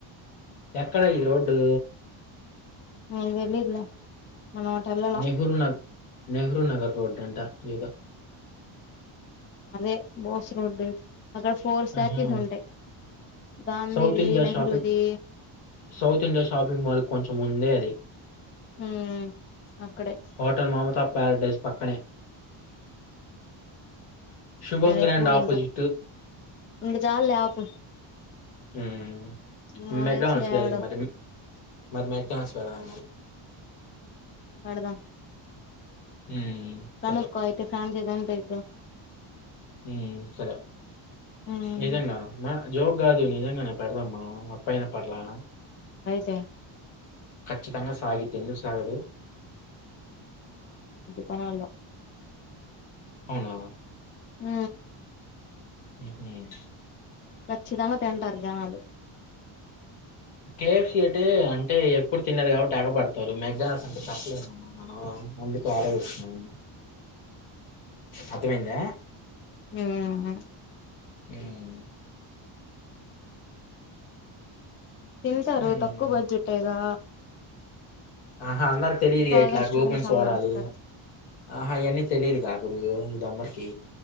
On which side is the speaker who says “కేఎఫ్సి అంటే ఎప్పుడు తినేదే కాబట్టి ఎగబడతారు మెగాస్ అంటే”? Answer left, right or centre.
Left